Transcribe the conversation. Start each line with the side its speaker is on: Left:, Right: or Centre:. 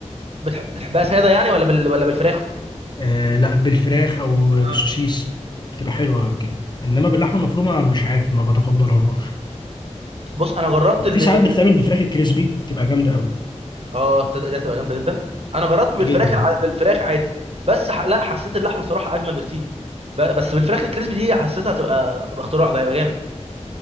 Right: بتح... بتحبها ساده يعني ولا بال... ولا بالفراخ
Left: آه لا بالفراخ او بالسوسيس
Right: اه
Left: بتبقى حلوه كده انما باللحمه المفرومه مش عارف ما بتقبلهاش
Right: بص انا جربت اللي,
Left: في ساعات
Right: اللي...
Left: بتتعمل بفراخ الكريسبي بتبقى جامده قوي
Right: اه تصدق دي هتبقى جامده جدا انا جربت بالفراخ
Left: جدا
Right: الع... بالفراخ عادي بس ح... لا حسيت اللحمه الصراحه اجمل بكتير ب... بس بالفراخ الكريسبي دي حسيتها هتبقى هتبقى اختراع ده هيبقى جامد